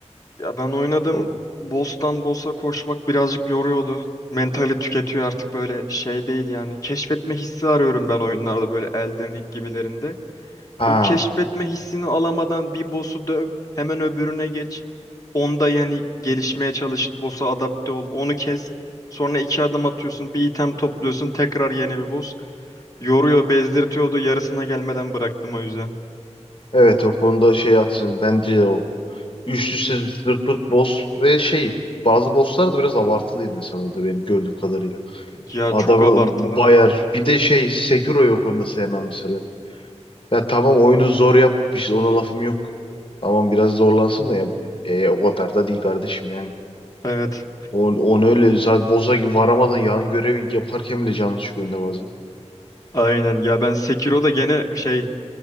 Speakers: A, on the left; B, on the left.
A: Ya ben oynadım.
B: O-
A: Boss'tan boss'a koşmak birazcık yoruyordu. Mentali tüketiyor artık böyle şey değil yani. Keşfetme hissi arıyorum ben oyunlarda böyle Elden Ring gibilerinde.
B: Ha.
A: O keşfetme hissini alamadan bir boss'u döv, hemen öbürüne geç. Onda yani gelişmeye çalış, boss'a adapte ol, onu kes. Sonra iki adım atıyorsun, bir item topluyorsun, tekrar yeni bir boss. Yoruyor, bezdirtiyordu. Yarısına gelmeden bıraktım o yüzden.
B: Evet o konuda şey haksın. Bence de o. Üst üste zırt pırt boss ve şey bazı bosslar da biraz abartılıydı mesela oyunda benim gördüğüm kadarıyla.
A: Ya
B: Adamı
A: çok abartılı.
B: bayar. Bir de şey Sekiro'yu o konuda sevmem mesela. Ya tamam oyunu zor yap. Biz ona lafım yok. Tamam biraz zorlansın da ya. E, o kadar da değil kardeşim yani.
A: Evet.
B: On, on öyle zaten boss'a gibi varamadan yan görev yaparken bile canı çıkıyor oyunda bazen.
A: Aynen. Ya ben Sekiro'da gene şey